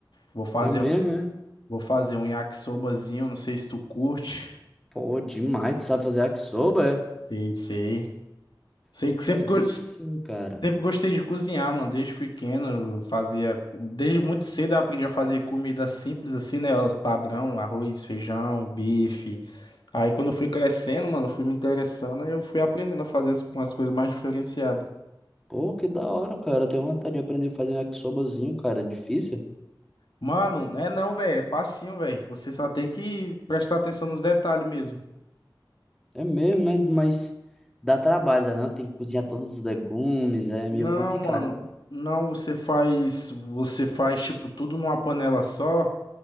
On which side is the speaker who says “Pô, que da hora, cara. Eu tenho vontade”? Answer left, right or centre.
Centre